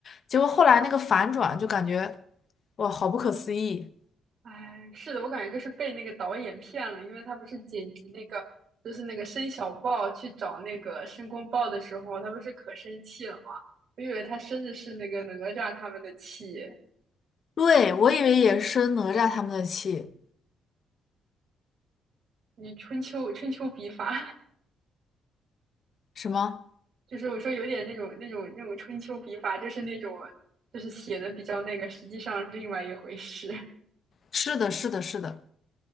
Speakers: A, on the left; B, on the right.
A: 结果后来那个反转就感觉，哇，好不可思议。
B: 哎，是的，我感觉就是被那个导演骗了，因为他不是剪辑那个，就是那个申小豹去找那个申公豹的时候，他不是可生气了吗？我以为他生的是那个哪吒他们的气，
A: 对，我以为也是生哪吒他们的气，
B: 你春秋春秋笔法，
A: 什么？
B: <laughs> 就是我说有点那种那种那种春秋笔法，就是那种就是写的比较那个，实际上是另外一回事
A: 是的，是的，是的。